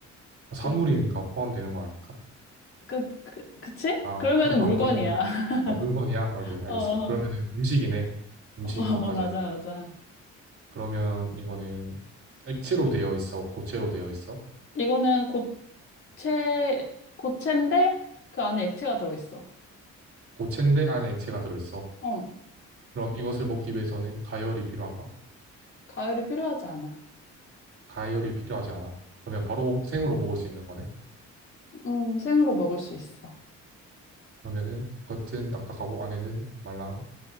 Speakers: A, on the right; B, on the left.
A: 사물이니까
B: 그,
A: 포함되는 거 아닐까?
B: 그, 그, 그치?
A: 아,
B: 그러면은
A: 그럼- 어,
B: 물건이야.
A: 그러면은,
B: <laughs>
A: 아, 물건이야? 알겠, 알겠어.
B: 어,
A: 그러면은
B: 어,
A: 음식이네. 음식인
B: 어,
A: 것까지.
B: 맞아, 맞아.
A: 그러면 이거는 액체로 되어 있어? 고체로 되어 있어?
B: 이거는 고체, 고체인데 그 안에 액체가 들어있어.
A: 고체인데 안에 액체가 들어있어?
B: 어.
A: 그럼 이것을 먹기 위해서는 가열이 필요한가?
B: 과일이 필요하지 않아.
A: 가열이 필요하지 않아. 그러면 바로 생으로 먹을 수 있는 거네.
B: 음, 생으로 먹을 수 있어.
A: 그러면은 겉은 딱딱하고 안에는 말랑